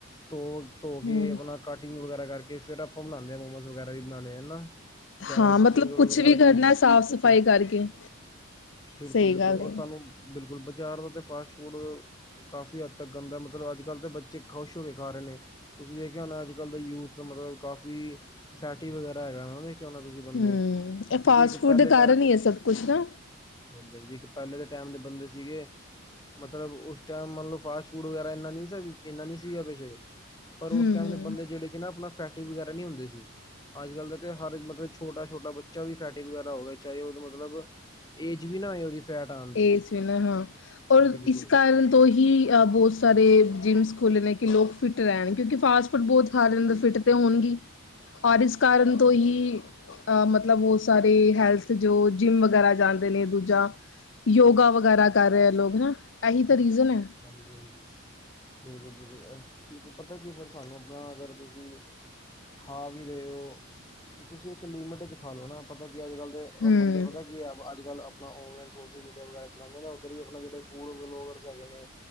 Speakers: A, on the left; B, on the left.
A: ਧੋ ਧੋ ਕੇ
B: ਹਮ
A: ਆਪਣਾ ਕਟਿੰਗ ਵਗੈਰਾ ਕਰ ਕੇ ਫੇਰ ਆਪਾਂ ਬਣਾਦੇ ਆਂ ਮੋਮਸ ਵਗੈਰਾ ਵੀ ਬਣਾਣੇ ਆ ਨਾ ਚਾਹੇ
B: ਹਾਂ ਮਤਲਬ
A: ਸਪਰਿੰਗ ਰੋਲ
B: ਕੁਛ
A: ਵਗੈਰਾ
B: ਵੀ ਕਰਨਾ ਸਾਫ਼ ਸਫ਼ਾਈ ਕਰਕੇ
A: ਬਿਲਕੁਲ-ਬਿਲਕੁਲ
B: ਸਹੀ ਗੱਲ ਹੈ
A: ਔਰ ਤੁਆਨੂੰ ਬਿਲਕੁਲ ਬਜ਼ਾਰ ਦਾ ਤਾਂ ਫਾਸਟ ਫੂਡ ਕਾਫ਼ੀ ਹੱਦ ਤੱਕ ਗੰਦਾ ਮਤਲਬ ਅੱਜ ਕੱਲ੍ਹ ਦੇ ਬੱਚੇ ਖੁਸ਼ ਹੋ ਕੇ ਖਾ ਰੇ ਨੇ। ਤੁਸੀਂ ਦੇਖਿਆ ਹੋਣਾ ਅੱਜ ਕੱਲ੍ਹ ਦਾ ਯੂਥ ਮਤਲਬ ਕਾਫੀ ਫੈਟੀ ਵਗੈਰਾ ਹੈਗਾ ਨਾ ਦੇਖਿਆ ਹੋਣਾ ਤੁਸੀਂ ਬੰਦੇ
B: ਹਮ ਇਹ
A: ਕਿਉਂਕਿ
B: ਫਾਸਟ
A: ਇੱਕ
B: ਫੂਡ
A: ਪੈਲੇ ਟੈਮ
B: ਕਾਰਨ
A: ਦੇ
B: ਹੀ ਹੈ ਸਭ ਕੁਛ ਨਾ
A: ਹਾਂਜੀ, ਹਾਂਜੀ ਇੱਕ ਪੈਲੇ ਦੇ ਟੈਮ ਦੇ ਬੰਦੇ ਸੀਗੇ ਮਤਲਬ ਉਸ ਟੈਮ ਮਨ ਲੋ ਫਾਸਟ ਫੂਡ ਵਗੈਰਾ ਇਨਾ ਨ ਸੀ ਇਨਾ ਨੀ ਸੀਗਾ ਬੇਸ਼ਕ ਪਰ ਉਸ
B: ਹਮ
A: ਟੈਮ
B: ਹਮ
A: ਦੇ ਬੰਦੇ ਜੇੜੇ ਸੀ ਨਾ ਆਪਣਾ ਫੈਟੀ ਵਗੈਰਾ ਨੀ ਹੁੰਦੇ ਸੀ। ਅੱਜ ਕੱਲ ਦੇ ਤੇ ਹਰ ਮਤਲਬ ਛੋਟਾ-ਛੋਟਾ ਬੱਚਾ ਵੀ ਫੈਟੀ ਵਗੈਰਾ ਹੋ ਗਿਆ ਚਾਏ ਓਦੇ ਮਤਲਬ ਏਜ ਵੀ ਨਾ ਹੋਏ ਉਹਦੀ ਫੈਟ ਆਣ ਦੀ।
B: ਏਸ ਵੀ ਨਾ ਹਾਂ ਔਰ
A: ਬਿਲਕੁਲ
B: ਇਸ ਕਾਰਨ ਤੋਂ ਹੀ ਅ ਬੋਤ ਸਾਰੇ ਜਿੰਮਸ ਖੋਲ੍ਹੇ ਨੇ ਕਿ ਲੋਕ ਫਿਟ ਰੈਣ ਕਿਉਂਕਿ ਫਾਸਟ ਫੂਡ ਬਹੁਤ ਖਾਂ ਲੈਂਦੇ ਫਿੱਟ ਤੇ ਹੋਣਗੇ ਈ। ਔਰ ਇਸ ਕਾਰਨ ਤੋਂ ਹੀ ਅ ਮਤਲਬ ਵੋ ਸਾਰੇ ਹੈਲਥ ਜੋ ਜਿੰਮ ਵਗੈਰਾ ਜਾਂਦੇ ਨੇ ਦੂਜਾ ਯੋਗਾ ਵਗੈਰਾ ਕਰ ਰੇ ਆ ਲੋਗ ਹਨਾ ਇਹੀ ਤੇ ਰੀਜ਼ਨ ਐ।
A: ਹਾਂਜੀ-ਹਾਂਜੀ ਬਿਲਕੁਲ ਬਿਲਕੁਲ ਬਿਲਕੁਲ ਪਤਾ ਕੀ ਫਿਰ ਸਾਨੂੰ ਆਪਣਾ ਅਗਰ ਤੁਸੀਂ ਖਾ ਵੀ ਰੇ ਓ ਤੇ ਤੁਸੀਂ ਇੱਕ ਲਿਮਿਟ 'ਚ ਖਾ ਲਓ ਨਾ ਪਤਾ ਕੀ ਅੱਜ ਕੱਲ੍ਹ
B: ਹਮ
A: ਬੰਦੇ ਪਤਾ ਕੀ ਐ ਅੱਜ ਕੱਲ੍ਹ ਓਨਲਾਈਨ ਸੋਸ਼ਲ ਮੀਡੀਆ ਵਗੈਰਾ ਚਲਾਦੇ ਨੇ ਉੱਧਰ ਵੀ ਓ ਨਾ ਜੇੜੇ ਫ਼ੂਡ ਵਲੋਗਰਸ ਹੈਗੇ ਨੇ